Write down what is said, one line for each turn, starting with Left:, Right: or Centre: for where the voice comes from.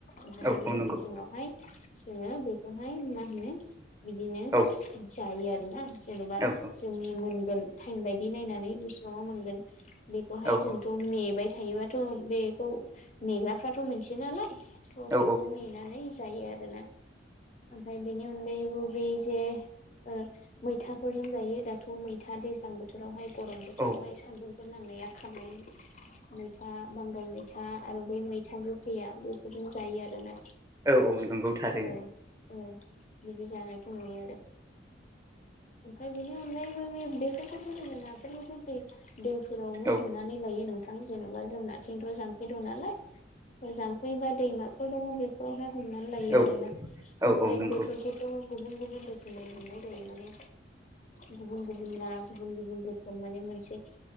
Left: ओमफायो
Right: औ औ नंगौ
Left: बिनि उनावहाय जोङो बेखौहाय मा होनो बिदिनो
Right: औ
Left: जायो आरोना जेन'बा
Right: औ
Left: जोंनि मोनगोन टाइम बायदि नायनानै बेसेबांङाव मोनगोन बेखौहाय
Right: औ
Left: जोंथ' नेेबाय थायोबाथ' बेखौ मेग्राफ्राथ' मोनसे नालाय थ'
Right: औ
Left: बेखौ मेनानै जायो आरोना ओमफ्राय बेनि अनगायैबो बे जे ओ मैथाफोरजों जायो दाथ' मैथा दैज्लां बोथोरावहाय गरम बोथोरावहाय
Right: औ
Left: सान्दुं <unintelligible> ग नांनाया खांनायनि मैथा बांगाल मैथा आरो बै मैथा गोखैया बेफोरजोंनो जायो आरोना।
Right: औ -औ नंगौ थारैनो‌
Left: औ औ बिदि जानायखौ नुयो आरो। ओमफाय बिनि अनगायैबो बे खोथा ना फोरखौथ' दै दैफोरावनो
Right: औ
Left: हमनानै लायो नोंथां जेनेबा जोंना थिंथ' जाम्फै दं नालाय जाम्फैबा दैमा दङ बेफोरावहाय हमनानै लायो
Right: औ
Left: आरो ना ओमफाय
Right: औ औ नंगौ
Left: बेफोरखौथ' गुबुन गुबुन मोननाय जायो माने गुबुन गुबुना गुबुन गुबुन रोखोम माने मोनसे